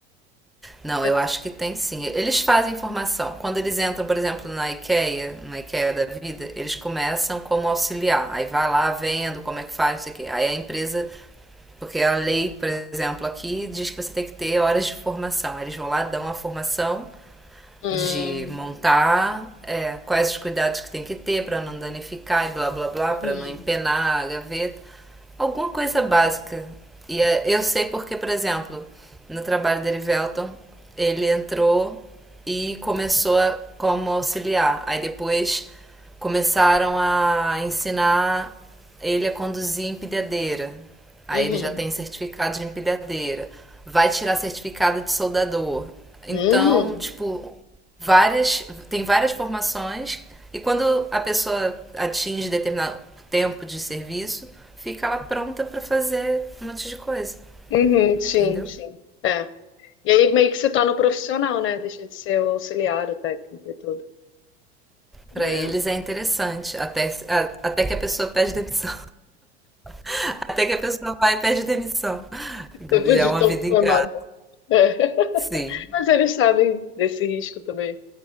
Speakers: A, in the centre; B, on the left (about 40°).
A: Não,
B: Mas...
A: eu acho que tem sim. Eles fazem formação. Quando eles entram, por exemplo, na IKEA, na IKEA da vida, eles começam como auxiliar. Aí vai lá vendo como é que faz, não sei o quê. Aí a empresa, porque a lei, por exemplo, aqui diz que você tem que ter horas de formação. Aí eles vão lá, dão a formação
B: Hum,
A: de montar, é, quais os cuidados que tem que ter para não danificar e blá blá blá,
B: hum,
A: para não empenar a gaveta, alguma coisa básica. E é, eu sei porque, por exemplo, no trabalho dele, Velton, ele entrou e começou a- como auxiliar. Aí depois começaram a ensinar ele a conduzir empilhadeira. Aí
B: uhum,
A: ele já tem certificado de empilhadeira. Vai tirar certificado de soldador. Então,
B: hum.
A: tipo, várias, tem várias formações e quando a pessoa atinge determinado tempo de serviço, fica ela pronta para fazer um monte de coisa,
B: Uhum, sim,
A: entendeu?
B: sim. É. E aí meio que se torna um profissional, né? Deixa de ser o auxiliar, o técnico e tudo.
A: Pra
B: É.
A: eles é interessante, até, até que a pessoa pede demissão. <laughs> Até que a pessoa vai e pede demissão.
B: Depois
A: É
B: de
A: uma
B: todo
A: vida
B: formado.
A: ingrata.
B: É. <laughs>
A: Sim.
B: Mas eles sabem desse risco também.